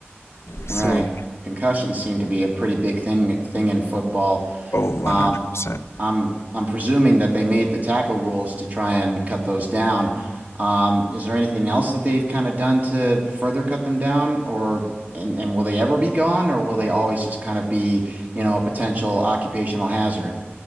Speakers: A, on the right; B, on the left.
A: Right.
B: So,
A: Concussions seem to be a pretty big thing thing in football.
B: oh, 100%.
A: Um, I'm I'm presuming that they made the tackle rules to try and cut those down. Um, is there anything else that they've kind of done to further cut them down, or and, and will they ever be gone, or will they always just kind of be, you know, a potential occupational hazard?